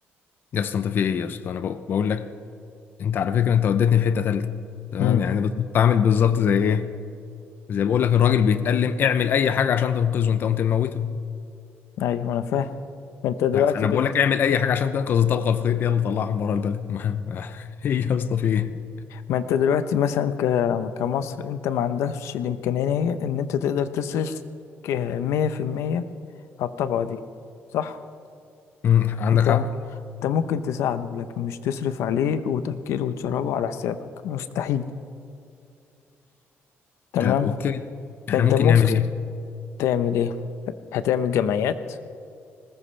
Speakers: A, on the left (about 45°); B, on the left (about 85°).
A: يا اسطى انت في ايه يا اسطى انا بق- بقول لك انت على فكره انت وديتني في حته ثالثه تمام
B: امم
A: يعني انا بالظبط عامل بالظبط زي ايه زي بقول لك الراجل بيتألم اعمل اي حاجه عشان تنقذه انت قمت مموته
B: ايوه انا فاهم ما انت دلوقتي
A: لا، فانا
B: بد...
A: بقول لك اعمل اي حاجه عشان تنقذ الطبقه الفقيره يلا طلعهم بره البلد <laughs> ما ما- ايه يا اسطى في ايه
B: ما انت دلوقتي مثلا ك... كمصر انت ما عندكش الامكانية ان انت تقدر تصرف ك- 100% على الطبقة دي صح
A: مم، عندك
B: انت
A: حق
B: م... انت ممكن تساعده لكن مش تصرف عليه وتأكله وتشربه على حسابك مستحيل تمام
A: طب اوكي احنا
B: فانت
A: ممكن
B: ممكن
A: نعمل ايه
B: تعمل ايه هتعمل جمعيات